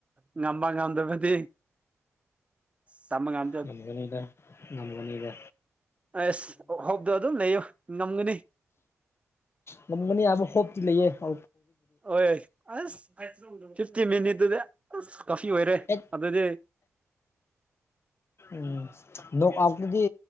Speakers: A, on the right; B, on the left.
A: ꯉꯝꯕꯥꯡ ꯉꯝꯗ ꯃꯗꯤ ꯆꯃ ꯉꯥꯟ
B: ꯅꯒꯅꯤꯗ ꯅꯒꯅꯤꯗ
A: ꯑꯦꯁ ꯍꯣꯞꯗꯣ ꯑꯗꯨ ꯂꯩꯌꯣ ꯉꯝꯒꯅꯤ
B: ꯉꯒꯅꯤ ꯑꯕ ꯍꯣꯞꯇꯤ ꯂꯩꯌꯦꯜꯄ
A: ꯍꯣꯏ ꯍꯣꯏ ꯑ ꯐꯤꯐꯇꯤ ꯃꯤꯅꯤꯠꯗ ꯀꯁꯤ ꯑꯣꯏꯔꯦ
B: ꯍꯦꯛ
A: ꯑꯗꯨꯗꯤ
B: ꯎꯝ ꯅꯣꯛ ꯑꯥꯎꯠꯇꯨꯗꯤ